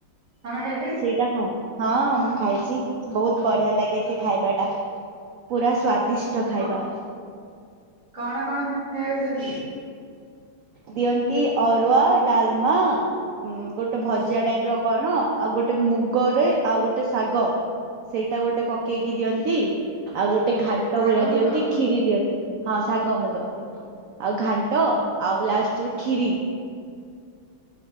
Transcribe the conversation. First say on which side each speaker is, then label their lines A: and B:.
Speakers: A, on the right; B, on the right.
A: ତମେ ଖାଇ
B: ସେଇଟା ଖା ହଁ ମୁଁ ଖାଇଚି, ବହୁତ ବଢିଆ ଲାଗେ ସେ ଖାଇବା ଟା ପୁରା ସ୍ଵାଦିସ ଷ୍ଟ ଖାଇବା।
A: କ କଣ କଣ <unintelligible> ଖାଇବାକୁ ଦିଅନ୍ତି?
B: ଦିଅନ୍ତି ଅରୁଆ ଡାଲମା ଗୋଟେ ଭଜା
A: ହୁଁ
B: ଟାଇପ ର କଣ ଆଉ ଗୋଟେ ମୁଗରେ, ଆଉ ଗୋଟେ ଶାଗ ସେଇଟା ଗୋଟେ ପକେଇକି ଦିଅନ୍ତି। ଆଉ ଗୋଟେ ଘାଣ୍ଟ
A: ଶାଗ
B: ଭଳିଆ ଦିଅନ୍ତି
A: ମୁଗ
B: ଖିରି ଦିଅନ୍ତି। ହଁ ଶାଗ ମୁଗ ଆଉ ଘାଣ୍ଟ ଆଉ ଲାଷ୍ଟରେ ଖିରି।